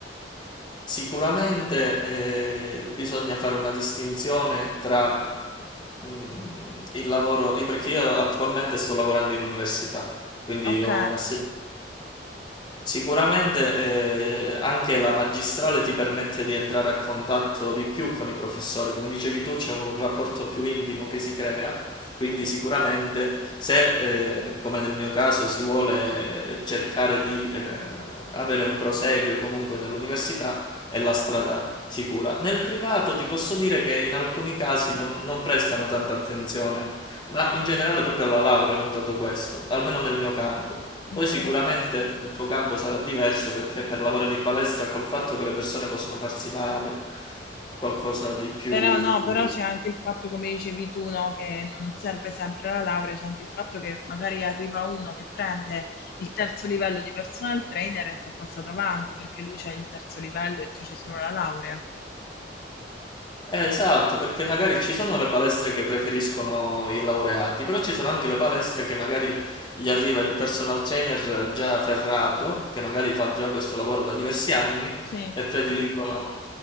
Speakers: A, on the left; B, on the left.
A: sicuramente eh, bisogna fare una distinzione tra mm, il lavoro, perché io attualmente sto lavorando in università, quindi
B: Ok,
A: ho un assegno. Sicuramente eh, anche la magistrale ti permette di entrare a contatto di più con i professori, come dicevi tu c'è un rapporto più intimo che si crea, quindi sicuramente se eh, come nel mio caso si vuole cercare di eh, avere un proseguio comunque nell'università è la strada sicura. Nel privato ti posso dire che in alcuni casi non, non prestano tanta attenzione, ma in generale proprio alla laurea ho notato questo, almeno nel mio campo. Poi
B: ok.
A: sicuramente nel tuo campo sarà diverso perché per lavorare in palestra col fatto che le persone possono farsi male, qualcosa di più...
B: Però no, però c'è anche il fatto, come dicevi tu, no, che non serve sempre la laurea, c'è anche il fatto che magari arriva uno che prende il terzo livello di personal trainer e ti è passato avanti perché lui c'è il terzo livello e tu c'hai solo la laurea.
A: Eh, esatto, perché magari ci sono le palestre che preferiscono i laureati, però ci sono anche le palestre che magari gli arriva il personal trainer già ferrato, che magari fa già questo lavoro da diversi anni
B: Sì,
A: e prediligono